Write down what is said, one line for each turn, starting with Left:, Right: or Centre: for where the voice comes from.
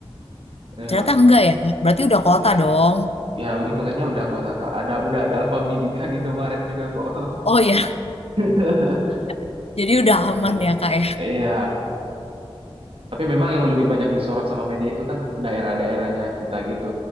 Right: Ya,
Left: Ternyata enggak
Right: ada.
Left: ya. Berarti udah kota
Right: Nah,
Left: dong.
Right: ya hitungannya udah kota, Kak. Ada udah ada Alfamidi <laughs> dan Indomaret juga kok.
Left: Oh ya,
Right: <laughs>
Left: <laughs> jadi udah aman
Right: Udah. nah.
Left: ya Kak ya?
Right: Iya, tapi memang yang lebih banyak disorot sama media itu kan daerah-daerahnya kita gitu.